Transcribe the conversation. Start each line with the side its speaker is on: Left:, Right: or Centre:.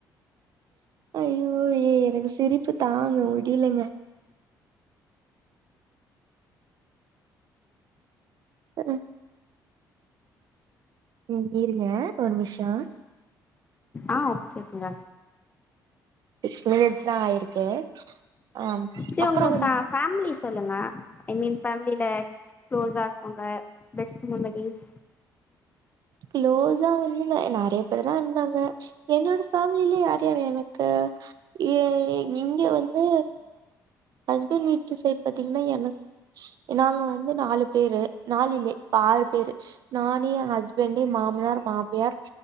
Right: ஐயோ ஏ எனக்கு சிரிப்பு தாங்க முடிலைங்க அது ம் இருங்க ஒரு முஷோ
Left: ஆ ஓகேங்க
Right: சிக்ஸ் மினிட்ஸ் தா ஆயிருக்கு ஆ
Left: செரி
Right: அப்புறோ
Left: உங்க
Right: வந்து
Left: ஃபா ஃபேமிலிஸ் சொல்லுங்க ஐ மீன் ஃபேமிலில க்ளோஸா இருக்கவுங்க பெஸ்ட் மெமரிஸ்
Right: க்ளோஸா வந்துங்க நறைய பேர் தாருந்தாங்க என்னோட ஃபேமில யார் யார் எனக்கு ஏ இங்க வந்து ஹஸ்பண்ட் வீட்டு சைட் பாத்தீங்னா எனக் நாங்க வந்து நாலு பேரு நாலு இல்ல இப்ப ஆறு பேரு நானு என் ஹஸ் வேண்டி மாமனார் மாமியார்